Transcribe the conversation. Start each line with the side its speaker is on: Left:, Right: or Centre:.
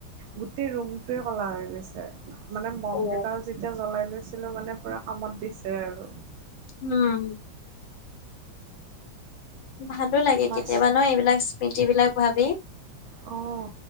Right: গোটেই ৰুমটোৱে কলা হৈ গৈছে। মানে মম
Left: অ।
Right: কেইডাল যেতিয়া জ্বলাই লৈছিলো মানে পুৰা কামত দিছে আৰু।
Left: উম ভালো লাগে
Right: মাছ
Left: কেতিয়াবা ন এইবিলাক স্মৃতি বিলাক ভাবি।
Right: অঁ